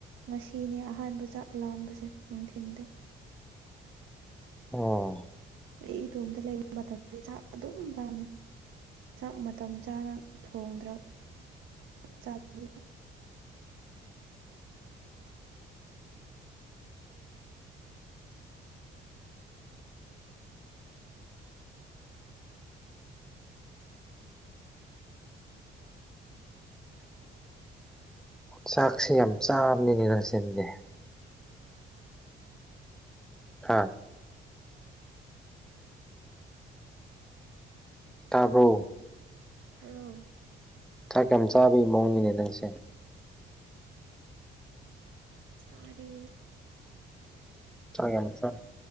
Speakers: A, on the right; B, in the centre.
A: ꯉꯁꯤꯅꯦ ꯑꯍꯥꯟꯕ ꯆꯥꯛ ꯂꯥꯝꯕꯁꯦ ꯅꯨꯡꯊꯤꯟꯗꯦ
B: ꯑꯣ
A: ꯑꯩ ꯏꯇꯣꯝꯇ ꯂꯩꯕ ꯃꯇꯝꯗ ꯆꯥꯛ ꯑꯗꯨꯝ ꯂꯥꯝꯃꯦ ꯆꯥꯛ ꯃꯇꯝ ꯆꯥꯅ ꯊꯣꯡꯉ ꯆꯥꯕ
B: ꯆꯥꯛꯁꯤ ꯌꯥꯝ ꯆꯥꯕꯅꯤꯅꯦ ꯅꯪꯁꯤꯅꯦ ꯍꯥꯥ ꯇꯥꯔꯣ
A: ꯑꯣ
B: ꯊꯥꯛ ꯀ ꯌꯥꯝ ꯆꯥꯕꯒꯤ ꯃꯑꯣꯡꯅꯤꯅꯦ ꯅꯪꯁꯦ
A: ꯁꯔ
B: ꯆꯥꯛ ꯌꯥꯝ ꯆꯥꯛ